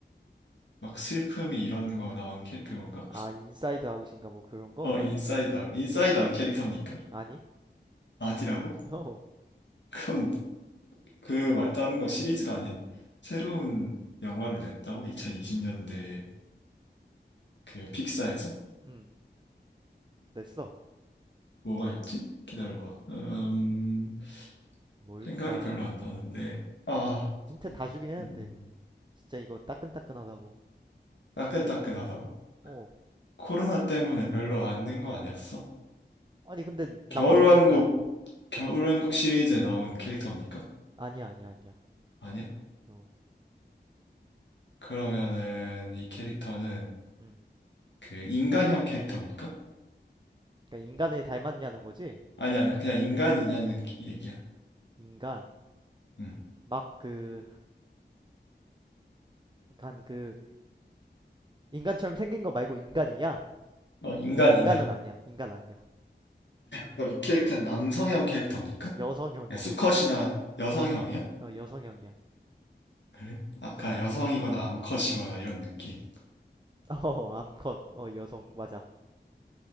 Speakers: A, on the left; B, on the right.
A: 막 슬픔이 이런 거 나온 캐릭터 건가?
B: 아 인사이드 아웃인가 뭐 그런 거?
A: 어, 인사이드 아웃. 인사이드 아웃 캐릭터입니까?
B: 아니?
A: 아디라고?
B: <laughs> 어,
A: <laughs> 그건 그 말 다른 거 시리즈가 아닌 새로운 영화를 냈다고? 2020년대 그 픽사에서?
B: 음 됐어.
A: 뭐가 있지? 기다려봐. 음,
B: 뭘까?
A: 생각이 별로 안 나는데. 아,
B: 힌트
A: 잠깐만.
B: 다 주긴 했는데
A: 음,
B: 진짜 이거 따끈따끈하다고.
A: 따끈따끈하다고?
B: 어
A: 코로나 때문에 별로 안 낸 거 아니었어?
B: 아니 근데 나왔으니까
A: 겨울왕국, 겨울왕국 시리즈에 나온 캐릭터입니까?
B: 아니야 아니야 아니야.
A: 아니야?
B: 어,
A: 그러면은 이 캐릭터는
B: 음
A: 그 인간형 캐릭터입니까?
B: 그러니까 인간을 닮았냐는 거지?
A: 아니 아니야. 그냥 인간이냐는 얘기야.
B: 인간
A: 응.
B: 막 그 간그 인간처럼 생긴 거 말고 인간이냐?
A: 어너 인간이냐?
B: 인간은 아니야. 인간 아니야.
A: 그럼 이 캐릭터는 남성형 캐릭터입니까?
B: 여성형이야.
A: 그냥 수컷이나 여성형이야?
B: 어, 여성형이야.
A: 그래? 아,
B: 어.
A: 그냥 여성이거나 암컷이거나 이런 느낌.
B: <laughs> 어, 암컷. 어, 여성. 맞아.